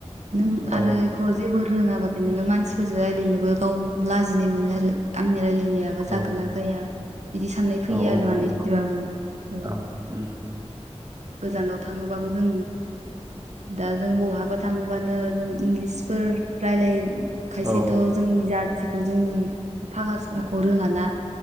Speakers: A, on the right; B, on the right.
A: नों आरो
B: औ
A: बेखौ जेबो रोङाबाथाय नोङो मानसिफोरजों राय्लायनोबो गाव लाजिनाय मोनो आरो आंनि रायलायनाया
B: औ
A: गोनां जाया बिदि साननाय फैयो
B: औ
A: आरो
B: औ
A: माने
B: नंगौ
A: इसेबाबो ओ।
B: औ उम
A: गोजानाव थाङोबाबो जों दा जों बहाबा थांबानो जों इंलिसफोर रायलाय खायसेथ'
B: औ
A: जोंनि जाथिखौ जोंनि फाखा फाखौ रोङा ना।